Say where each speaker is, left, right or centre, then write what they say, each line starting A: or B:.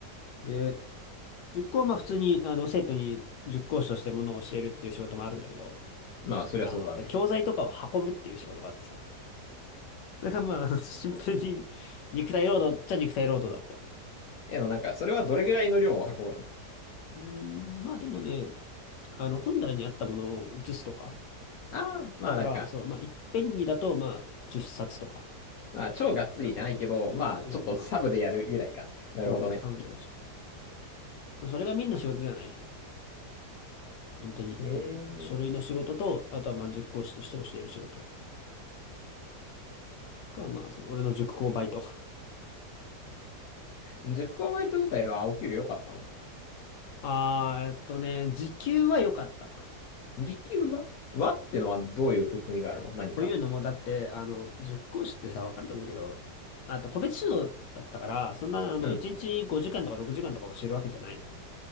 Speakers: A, on the left; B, on the left.
A: で、塾講はまあ普通にあの生徒に塾講師としてものを教えるっていう仕事もあるんだけど、
B: まあ、そりゃそうだね。
A: あの、教材とかを運ぶっていう仕事があってさ。だからまあ、<laughs> シンプルに肉体労働っちゃ肉体労働だった。
B: でもなんか、それはどれぐらいの量を運ぶの
A: うーん、まあでもね、あの、本棚にあったものを写すとか、
B: ああー、まあなんか、
A: だから、そう、まあ、いっぺんにだと、まあ、10冊とか。
B: まあ超がっつりじゃないけど、
A: まあ、まあ、
B: まあちょっとサブでやるぐらいか。
A: 通常よりまあ、
B: なるほどね。
A: そうそう、サブでやるでしょ。それがみんな仕事じゃないね。本当に、
B: ええ
A: うん書類の仕事と、あとはまあ、塾講師として教える仕事が、まあ、その俺の塾講バイト。
B: 塾講バイト自体はお給料良かったの
A: <laughs> あー、えっとね、時給は良かった。
B: 時給ははってのはどういう含みがあるの何か。
A: というのも、だって、あの、塾講師ってさ、わかると思うけど、あと、個別指導だったから、そんな、あの、
B: うん、
A: 1日5時間とか6時間とか教えるわけじゃないのね。